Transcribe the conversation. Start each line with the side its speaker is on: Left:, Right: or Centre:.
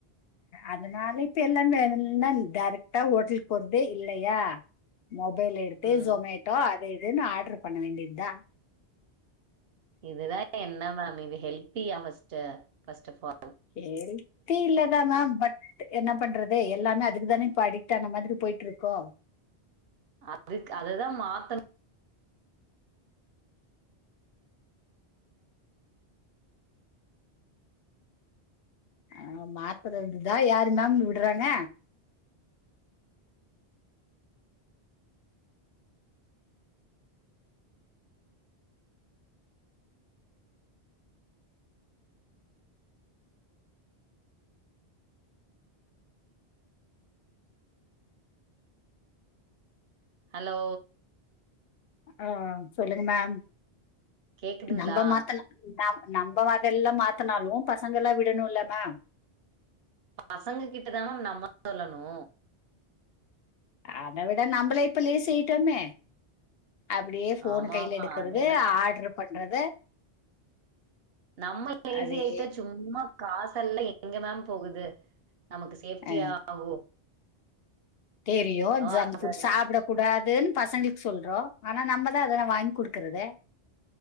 Left: அதனால இப்ப எல்லா வேணும்னா டெரெக்ட்டா ஹோட்டலுக்கு போறதே இல்லையா மொபைல் எடுத்து
Right: ம்
Left: சோமெட்டோ அது இதுன்னு ஆர்டர் பண்ண வேண்டியத்தா
Right: இதுதா என்ன மேம் இது ஹெல்த்தியா ஃபஸ்ட்டு ஃபஸ்ட்ட ஃபால்
Left: ஹெல்த்தி இல்ல இல்லதா மேம் பட் என்ன பண்றது எல்லாமே அதுக்குதானே இப்ப அடிக்ட் ஆன மாதிரி பொய்ட்ருக்கோ
Right: அதுக் அததா மாத்தணு
Left: அ மாத்துறதுதா யாரு மேம் விட்றாங்க
Right: ஹலோ
Left: ஆ சொல்லுங்க மேம்
Right: கேக்குதுங்களா
Left: நம்ப மாத்துனா நம் நம்ம அதெல்லா மாத்தனாலு பசங்கலா விடணுலே மேம்
Right: பசங்க கிட்டதா நம்ம சொல்லணு
Left: அதவிட நம்பளே இப்ப லேசி யிட்டமே அப்புடே ஃபோனு
Right: ஆமா
Left: கைல
Right: ஆமா
Left: எடுக்குறது
Right: அது என்னமோ
Left: ஆர்டரு பண்றது
Right: நம்ம லேசி
Left: அதே
Right: ஆயிட்டா சும்மா காசெல்லா எங்க மேம் போகுது நமக்கு சேஃப்டியா
Left: அ
Right: ஆகூ
Left: தெரியு ஜங்க்ஃபுட்
Right: ஆகாது
Left: சாப்ட குடாதுன் பசங்களுக்கு சொல்றோ ஆனா நம்ப தா அதலா வாங்கி குடுக்கறது